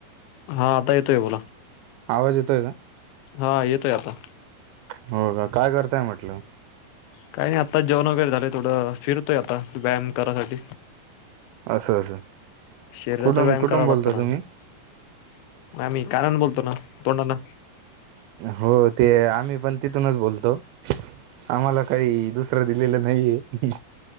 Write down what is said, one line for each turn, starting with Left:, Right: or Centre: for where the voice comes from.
Left: हा आता येतोय बोला
Right: आवाज येतोय का
Left: हा येतोय आता
Right: हो का काय करताय म्हटलं
Left: काही नाही आता जेवण वगैर झाले थोडं फिरतोय आता व्यायाम करायसाठी
Right: असं असं
Left: शरीराचा
Right: कुठून
Left: व्यायाम
Right: कुठून
Left: करावा
Right: बोलता
Left: लागतो
Right: तुम्ही
Left: ना नाही मी कारण बोलतो ना तोंडाना
Right: हो ते आम्ही पण तिथूनच बोलतो आम्हाला काही दुसरं दिलेलं नाहीये